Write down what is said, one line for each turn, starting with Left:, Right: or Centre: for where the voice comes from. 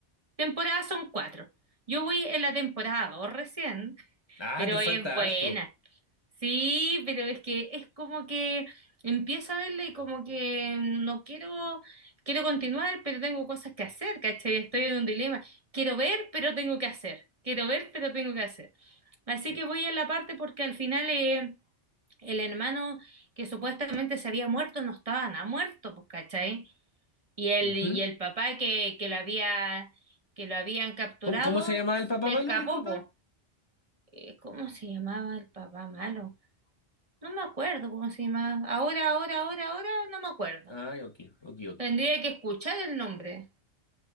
Right: Temporadas son cuatro. Yo voy en la temporada dos recién,
Left: Ah,
Right: pero
Left: te falta
Right: es buena.
Left: harto.
Right: Sí, pero es que es como que empiezo a verla y como que no quiero, quiero continuar, pero tengo cosas que hacer, ¿cachai? Estoy en un dilema. Quiero ver, pero tengo que hacer. Quiero ver, pero tengo que hacer. Así
Left: Eh,
Right: que voy en la parte porque al final eh, el hermano que supuestamente se había muerto no estaba nada muerto, pues, ¿cachai? Y el,
Left: ujú.
Right: y el papá que, que lo había, que lo habían capturado
Left: ¿Cómo, cómo se llama el papá
Right: se
Left: malo?
Right: escapó,
Left: Disculpa.
Right: po. Eh, ¿Cómo se llamaba el papá malo? No me acuerdo cómo se llamaba. Ahora, ahora, ahora, ahora no me acuerdo.
Left: Ay, ok, ok, ok.
Right: Tendría que escuchar el nombre.